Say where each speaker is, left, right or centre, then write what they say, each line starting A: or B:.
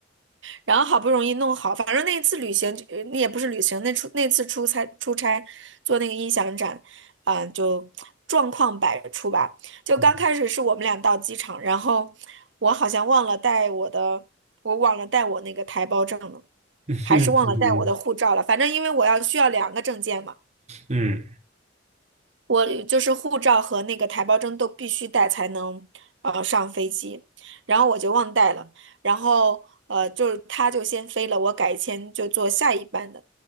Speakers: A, on the right; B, on the right.
A: 然后好不容易弄好，反正那一次旅行，呃那也不是旅行，那出那次出差出差做那个音响展，啊、就状况百出吧。就刚开始是我们俩到机场，
B: <laughs>
A: 然后我好像忘了带我的，我忘了带我那个台胞证了，
B: 嗯
A: 还是忘了带我的护照了。反正因为我要需要两个证件嘛。
B: 嗯
A: 我就是护照和那个台胞证都必须带才能呃上飞机，然后我就忘带了，然后呃就是他就先飞了，我改签就坐下一班的，